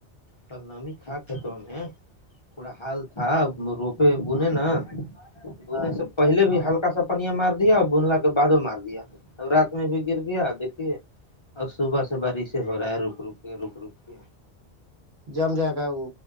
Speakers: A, on the left (about 30°); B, on the right (about 70°).
A: کل نام تھااک ہے تویں پوڑا حال تھا روپے بنے نا بنے
B: ہاں
A: سے پہلے بھی ہلکا پنیا مار دیا اور بنلا کے بد مار دیا رات میں بھی گر دیا دیکھیے اب صبح سے بارشیں ہو رہا ہے رک رک کے رک رک کے
B: جم جااک وہ